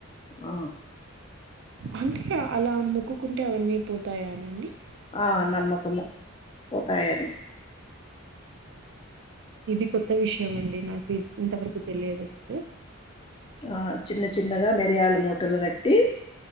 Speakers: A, on the left (about 25°); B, on the right (about 55°).
A: అ
B: అంటే అలా మొక్కుకుంటే అవన్నీ పోతాయానండి
A: ఆ నమ్మకము పోతాయని
B: ఇది కొత్త విషయం అండి నాకు ఇంతవరకు తెలియదు అసలు
A: ఆ చిన్న చిన్నగా మెరియాల మూట మూటలు కట్టి